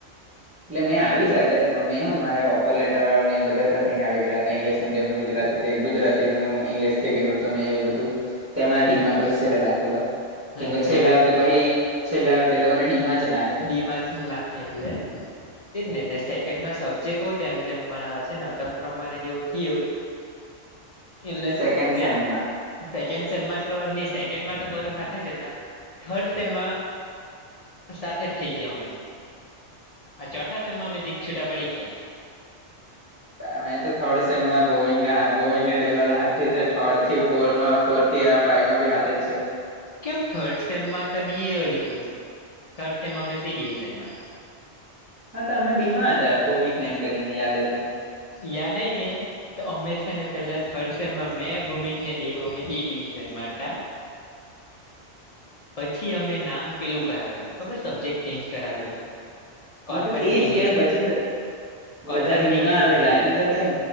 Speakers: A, on the right; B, on the left.
A: એટલે મેં આવી જાતે પણ મેં હું મારે ઓફર લેટર વાળુ ને એ બધા ધતિંગ આવી ગેલા હતા ઈંગ્લિશ મીડિયમ નું ગુજરાતી તે ગુજરાતી નુ ઇંગ્લિશ થે ગેલું હતુ ને એ બધું તેમાં ડીમા શેલે લખેલું. કેમ
B: હા એટલે
A: કે છેલ્લા
B: તમે
A: આવે તો પહી, છેલ્લે આવે તો એ લોકોને ડી માં જ નાખે.
B: ડી માં જ નાખે એટલે. તે જ ને. ને સેકન્ડમાં સબ્જેકટો તેમ-તેમ, પણ આ છે ને અટક પ્રમાણે ને એવું થયું. એટલે
A: સેકન્ડ
B: સેક,
A: સેમમાં
B: સેકન્ડ સેમમાં તો ની, સેકેન્ડમાં તો બધુ હારૂ સાથે જ હતા. થર્ડ સેમમાં સાથે જ થઈ ગયા અમે. આ ચોથા સેમમાં અમે જીરીક છૂટા પડી ગયા.
A: અમે તો થર્ડ સેમમા ભૌમિક ને હા, ભૌમિક ને ડેવલાં હાથ થી સે. થર્ડ થી ફોરમાં. ફોર થી આ ફાઈવમાં બી હાથે જ છે.
B: કેમ થર્ડ સેમમાં તો ની હોઈ છું. થર્ડ સેમમાં અમે સી-ડીવિઝનમાં હતાં.
A: હા તમે બી માં હતા. ભૌમિકને એમ કરીને યાદ હોય તો.
B: યાદ હોય ને તો અમે સે ને પહેલા થર્ડ સેમમાં મેં, ભૌમિક, ને દેવ અમે એ-ડિવિઝનમાં હતા. <inaudible> પછી અમે નામ પહેલું કરાવેલું. ખબર સબ્જેક્ટ ચેન્જ કરાવેલો? કોર્પોરેટ
A: હા તો તેજ
B: ઇંગ્લિશ
A: કેમ. પછી તો
B: કોર્પોરેટ
A: બધા બી
B: ઇંગ્લિશ
A: માં આવેલા,
B: લીધેલો
A: એમ તો કેમ.